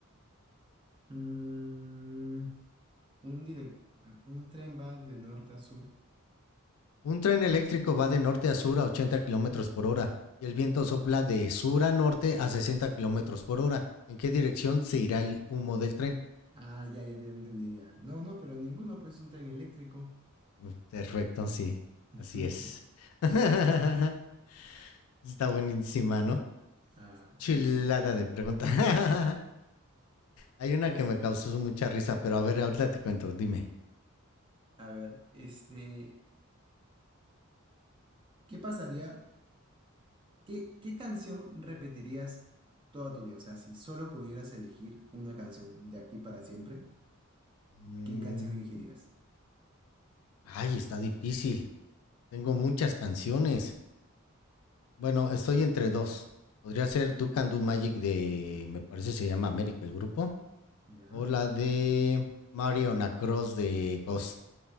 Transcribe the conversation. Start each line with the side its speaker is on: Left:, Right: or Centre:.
Right: Mm, un direct, un tren va de norte a sur.
Left: Un tren eléctrico va de norte a sur a 80 kilómetros por hora y el viento sopla de sur a norte a 60 kilómetros por hora. ¿En qué dirección se irá el humo del tren?
Right: Ah, ya, ya, ya entendí ya. No, no, pero ninguno, pues es un tren eléctrico.
Left: Mm, Perfecto, sí,
Right: <laughs>
Left: así es. <laughs> Está buenísima, ¿no?
Right: Ah,
Left: Chilada
Right: sí, sí.
Left: de pregunta. <laughs> Hay una
Right: Es,
Left: que me causó mucha risa, pero a ver, ahorita te cuento, dime.
Right: a ver, este, ¿qué pasaría? ¿Qué, qué canción repetirías toda tu vida? O sea, si solo pudieras elegir una canción de aquí para siempre,
Left: Mm,
Right: ¿qué canción elegirías?
Left: Ay, está difícil. Tengo muchas canciones. Bueno, estoy entre dos. Podría ser Do Can Do Magic de, me parece se llama América el grupo,
Right: Ya,
Left: o la de Mario Cross de Ghost.